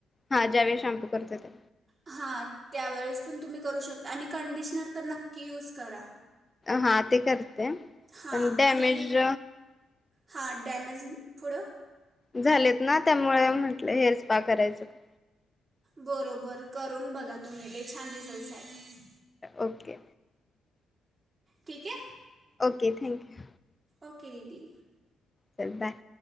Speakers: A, on the left; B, on the right.
A: हा ज्यावेळी शॅम्पू करत त्या
B: हां त्यावेळेस पण तुम्ही करू शकता आणि कंडिशनर तर नक्की यूज करा.
A: हा ते करते
B: हां
A: पण डॅमेज
B: आणि हां डॅमेज थोडं
A: झालेत ना त्यामुळे म्हटलं हेर स्पा करायचं का
B: बरोबर करून बघा तुम्ही लई छान रिजल्ट हायत.
A: ओके
B: ठीक ये
A: ओके थँक्यू
B: ओके दिदी
A: चल बाय